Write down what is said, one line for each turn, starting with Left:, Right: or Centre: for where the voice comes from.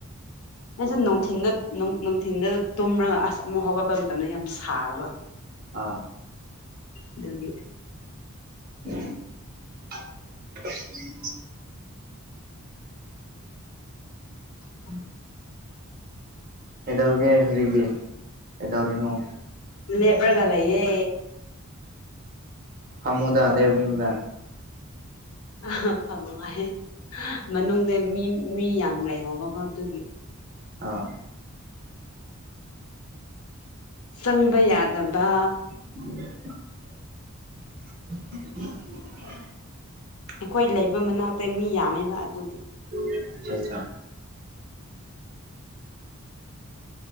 Left: ꯑꯩꯁꯦ ꯅꯨꯡꯊꯤꯟꯗ ꯅꯨꯡꯊꯤꯟꯗ ꯇꯨꯝꯔꯒ ꯑꯁ ꯑꯃꯨꯛ ꯍꯧꯒꯠꯄ ꯃꯇꯝꯗ ꯌꯥꯝ ꯁꯥꯕ
Right: ꯑꯥ
Left: ꯑꯗꯨꯒꯤ
Right: <unintelligible>
Left: <unintelligible>
Right: ꯀꯩꯗꯧꯔꯤꯒ‌ꯦ ꯍꯧꯖꯤꯛꯇꯤ ꯀ‌ꯦꯗꯧꯔꯤꯅꯣ
Left: ꯂꯦꯞꯔꯒ ꯂꯩꯌꯦ
Right: ꯐꯝꯃꯨꯗ ꯂ‌ꯦꯞꯀꯅꯨꯗ
Left: ꯑ ꯐ ꯅꯨꯡꯉꯥꯏ ꯃꯅꯨꯡꯗ ꯃꯤ ꯃꯤ ꯌꯥꯝ ꯂꯩꯍꯧꯕꯀꯣ ꯑꯗꯨꯒꯤ
Right: ꯑꯥ
Left: ꯆꯪꯕ ꯌꯥꯗꯕ
Right: <unintelligible>
Left: ꯑꯩꯈꯣꯏ ꯂꯩꯕ ꯃꯅꯥꯛꯇ ꯃꯤ ꯌꯥꯝꯃꯦꯕ ꯑꯗꯨꯒꯤ
Right: ꯑꯆꯥ ꯑꯆꯥ